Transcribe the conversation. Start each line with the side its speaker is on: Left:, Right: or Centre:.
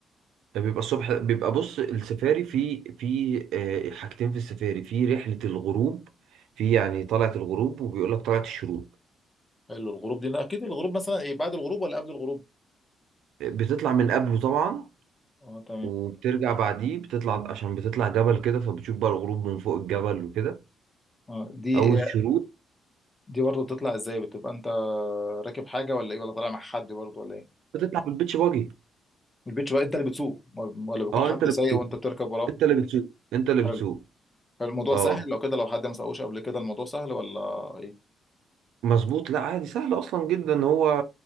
Right: ده بيبقى الصبح بيبقى بص السفاري في في آه، حاجتين في السفاري في رحلة الغروب في يعني طلعة الغروب وبيقول لك طلعة الشروق
Left: حلو الغروب دي اكيد الغروب مثلا ايه بعد الغروب ولا قبل الغروب
Right: بتطلع من قبله طبعا
Left: اه تمام
Right: وبترجع بعديه بتطلع عشان بتطلع جبل كده فبتشوف بقى الغروب من فوق الجبل وكده
Left: اه دي
Right: او الشروق
Left: دي برضه بتطلع ازاي بتبقى انت راكب حاجه ولا ايه ولا طالع مع حد برضه ولا ايه
Right: بتطلع بالبيتش باجي
Left: البيتش بقى انت اللي بتسوق ولا بيكون
Right: اه
Left: حد
Right: انت اللي
Left: سايق
Right: بتسوق
Left: وانت بتركب وراه
Right: انت اللي بتسوق انت اللي
Left: حلو
Right: بتسوق
Left: حلو، الموضوع
Right: اه
Left: سهل لو كده لو حد ما سوقوش قبل كده الموضوع سهل ولا ايه
Right: مظبوط لا عادي سهل اصلا جدا هو